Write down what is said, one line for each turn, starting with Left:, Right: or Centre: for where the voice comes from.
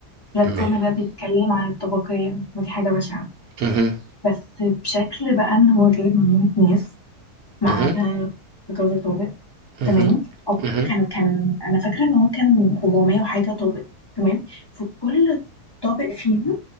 Left: بلاتفورم
Right: م-
Left: ده بيتكلم عن الطبقيه ودي حاجه بشعه
Right: مهم.
Left: بس بشكل بقى ان هو جايب مجموعه ناس مقعدها
Right: مهم.
Left: في كذا طابق
Right: مهم.
Left: تمام او
Right: مهم.
Left: كان كان انا فاكره ان هو كان 400 وحاجه طابق تمام فكل طابق فيهم